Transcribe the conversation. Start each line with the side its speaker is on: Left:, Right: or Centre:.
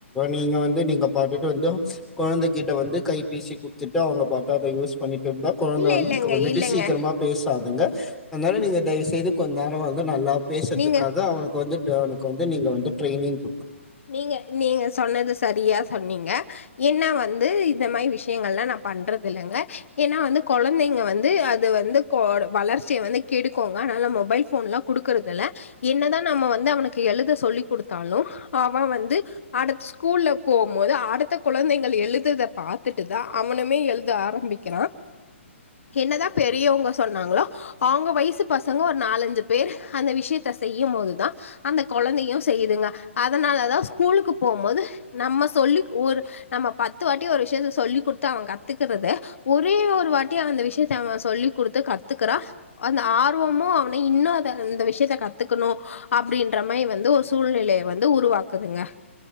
Centre: நீங்க வந்து நீங்க பார்த்தட்டு வந்து குழந்தைகிட்ட வந்து கைபேசி குடுத்துட்டு அவங்க பார்த்த அதை யூஸ் பண்ணி இருந்தா குழந்தை
Left: இல்ல
Centre: வந்து
Left: இல்லங்க
Centre: கவர்ட்டு
Left: இல்லங்க
Centre: சீக்கிரமா பேசு அதுங்க அதனால நீங்க தயவு செய்து கொஞ்ச நேரம் வந்து நல்லா பேசுறதுக்காக
Left: நீங்க
Centre: அவனுக்கு வந்து அவனுக்கு வந்து நீங்க வந்து ட்ரைனிங் கொடுக்கனு
Left: நீங்க நீங்க சொன்னது சரியா சொன்னீங்க என்ன வந்து இந்த மாதிரி விஷயங்கல்லாம் நான் பண்றது இல்லைங்க ஏன்னா வந்து குழந்தைங்க வந்து அது வந்து வளர்ச் வளர்சிய வந்து கெடுக்குங்க அதனால மொபைல் போன்லாம் கொடுக் கறதுல என்னதான் நம்ம வந்து அவனுக்கு எழுத சொல்லி் கொடுத்தாலும் அவ வந்து அடுத்த ஸ்கூல்ல போகும்போது அடுத்த குழந்தைகள் எழுதுறத பார்த்துட்டு தான் அவனுமே எழுத ஆரம்பிக்கிறான் என்னதான் பெரியவங்க சொன்னாங்களோ அவங்க வயசு பசங்க ஒரு நாலஞ்சு பேர் அந்த விஷயத்த செய்யும் போதுதான் அந்த குழந்தையும் செய்யுதுங்க அதனாலதான் ஸ்கூலுக்கு போகும்போது நம்ம சொல்லி ஒரு நம்ம பத்து வாட்டி ஒரு விஷயத்த சொல்லிக் கொடுத்து அவன் கத்துக்கறத ஒரே ஒரு வாட்டி அந்த விஷயத்த அவன் சொல்லி் கொடுத்து கத்துக்கறா அந்த ஆர்வமும் அவனை இன்னும் அத இந்த விஷயத்த கத்துக்கணும் அப்படின்ற மாதிரி வந்து ஒரு சூழ்நிலையை வந்து உருவாக்குதுங்க